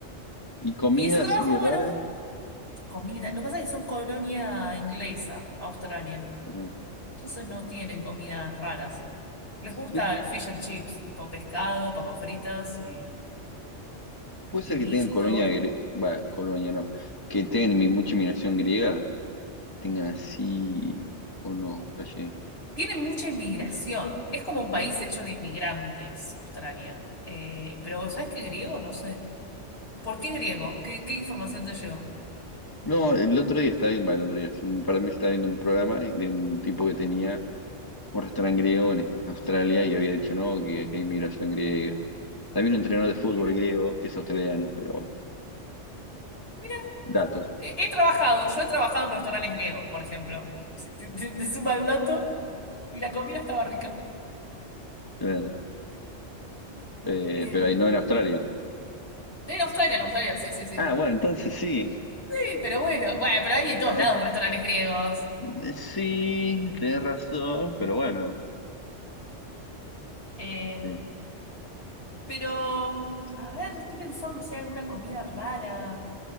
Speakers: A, on the left; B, on the left.
A: ¿Y comida
B: y ese trabajo,
A: así rara?
B: bueno, comida. Lo que pasa es que son colonia inglesa, Australia.
A: ¿O No.
B: Entonces no tienen comidas raras. Les gusta
A: Sí,
B: el fish and chips, tipo pescado, papas fritas y,
A: puede
B: y
A: ser
B: listo.
A: que tengan colonia, gre- va, colonia no, que tengan mi- mucha inmigración griega, que tengan así, o no, flashé,
B: Tiene mucha inmigración. Es como un país
A: claro.
B: hecho de inmigrantes, Australia. Eh, pero ¿sabes qué griego? No sé. ¿Por qué griego? ¿Qué, qué información te llegó?
A: No, el otro día estaba viendo, bueno, el otro día, hace un par de meses estaba viendo un programa de un tipo que tenía un restaurante griego en Australia y había dicho, no, que acá hay inmigración griega. También un entrenador de fútbol
B: Mira,
A: griego que es australiano, pero bueno,
B: mira,
A: datos,
B: no. Eh, He, trabajado, yo he trabajado en restaurantes griegos, por ejemplo. Si te, te- te suma el dato y la comida estaba rica.
A: claro. Eh,
B: Eh,
A: pero
B: en
A: ahí no en Australia.
B: Australia, en Australia, sí, sí, sí.
A: Ah, bueno, entonces sí.
B: Sí, pero bueno, bueno, pero hay en todos
A: Eh,
B: lados restaurantes griegos.
A: eh, sí, tenés razón, pero bueno.
B: Eh,
A: eh.
B: pero, a ver, estoy pensando si hay alguna comida rara.